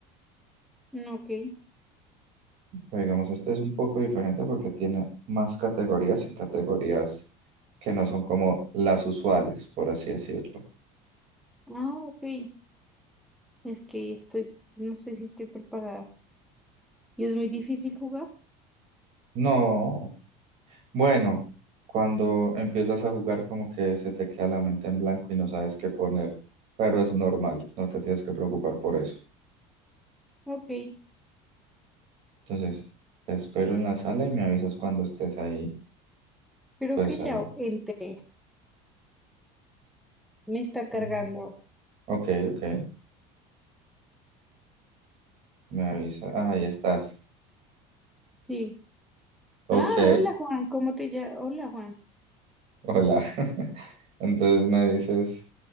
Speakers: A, in the centre; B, on the right.
A: mm, ok,
B: Pero digamos, este es un poco diferente porque tiene más categorías y categorías que no son como las usuales, por así decirlo.
A: ah, ok, es que estoy, no sé si estoy preparada y es muy difícil jugar,
B: No, bueno, cuando empiezas a jugar como que se te queda la mente en blanco y no sabes qué poner, pero es normal, no te tienes que preocupar por eso.
A: ok,
B: Entonces, te espero en la sala y me avisas cuando estés ahí,
A: creo
B: pues
A: que
B: ahí.
A: ya entré, me está
B: Ujú.
A: cargando,
B: Ok, ok, me avisa. Ah, ahí estás.
A: sí,
B: Ok,
A: ah, hola Juan, ¿cómo te llamas? Hola Juan,
B: hola. <laughs> Entonces me dices